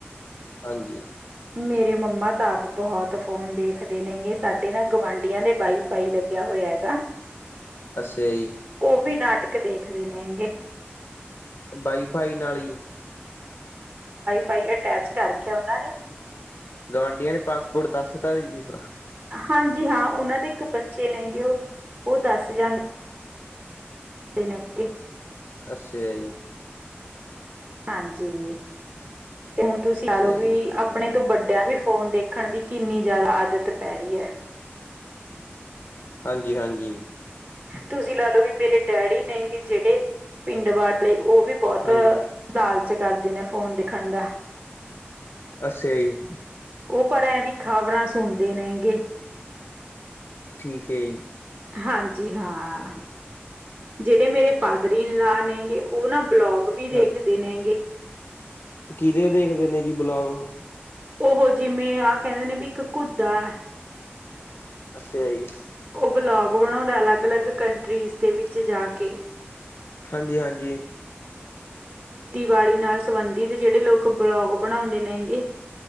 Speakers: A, on the left; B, on the right.
A: ਹਾਂਜੀ,
B: ਮੇਰੇ ਮੰਮਾ ਤਾ ਆਪ ਬਹੁਤ ਫੋਨ ਦੇਖਦੇ ਨੇਗੇ, ਸਾਡੇ ਨਾ ਗੁਵਾਂਢੀਆਂ ਦੇ ਵਾਈਫਾਈ ਲਗਿਆ ਹੋਇਆ ਹੈਗਾ।
A: ਅੱਛਿਆ ਜੀ।
B: ਉਹ ਵੀ ਨਾਟਕ ਦੇਖਦੇ ਨੇ ਹੈਗੇ।
A: ਵਾਈ ਫਾਈ ਨਾਲ ਜੀ
B: ਫਾਈ ਅਟੈਚ ਕਰ ਰਖਿਐ ਉਹਨਾਂ ਨੇ
A: ਗੁਆਂਢੀਆਂ ਨੇ ਪਾਸਵਰਡ ਦੱਸਤਾ ਸੀ ਥੋਨੂੰ।
B: ਹਾਂਜੀ ਹਾਂ ਉਹਨਾਂ ਦੇ ਇੱਕ ਬੱਚੇ ਨੇਗੇ ਉਹ ਉਹ ਦੱਸ ਜਾਂਦੇ <unintelligible>
A: ਅੱਛਿਆ ਜੀ।
B: ਹਾਂਜੀ, ਤੇ ਹੁਣ ਤੁਸੀਂ
A: ਅੱਛਾ
B: ਲਾ ਲਓ ਵੀ
A: ਜੀ
B: ਆਪਣੇ ਤੋਂ ਵੱਡੇ ਵਡਿਆਂ ਨੂੰ ਵੀ ਫ਼ੋਨ ਦੇਖਣ ਦੀ ਕਿੰਨੀ ਜ਼ਿਆਦਾ ਆਦਤ ਪੈ ਰਹੀ ਐ।
A: ਹਾਂਜੀ -ਹਾਂਜੀ।
B: ਤੁਸੀਂ ਲਾ ਲਓ ਵੀ ਮੇਰੇ ਡੈਡੀ ਨੇਗੇ ਜਿਹੜੇ ਪਿੰਡ ਵਾਲੇ ਉਹ ਵੀ ਬਹੁਤ
A: ਹਾਂਜੀ
B: ਲਾਲਚ ਕਰਦੇ ਨੇ ਫੋਨ ਦੇ ਖਣ ਦਾ
A: ਅੱਛਾ ਜੀ
B: ਉਹ ਪਰ ਵੀ ਖ਼ਬਰਾਂ ਸੁਣ ਦੇ ਨੇਗੇ ਹੈਗੇ।
A: ਠੀਕ ਹੈ ਜੀ।
B: ਹਾਂਜੀ ਹਾਂ ਜਿਹੜੇ ਮੇਰੇ ਫਾਦਰ-ਇਨ-ਲਾ ਨੇਗੇ ਉਹ ਨਾਂ ਬਲੋਗ ਵੀ ਦੇਖਦੇ
A: ਹਾਂ
B: ਨੇ ਹੈਗੇ।
A: ਕਿਹਦੇ ਦੇਖਦੇ ਨੇ ਜੀ ਵਲੋਗ ਉਹ।
B: ਉਹ ਜਿਵੇਂ ਆਹ ਕਹਿੰਦੇ ਨੇ ਵੀ ਇੱਕ ਕੁੱਦਾ ਹੈ।
A: ਅੱਛਾ ਜੀ।
B: ਉਹ ਬਲੌਗ ਬਣਾਉਂਦਾ ਅਲੱਗ-ਅਲੱਗ ਕੰਟਰੀਜ਼ ਦੇ ਵਿੱਚ ਜਾ ਕੇ।
A: ਹਾਂਜੀ-ਹਾਂਜੀ
B: ਵਾਲੀ ਨਾਲ ਸੰਬੰਧਿਤ ਜਿਹੜੇ ਲੋਕ ਬਲੋਗ ਬਣਾਉਂਦੇ ਨੇ ਹੈਗੇ।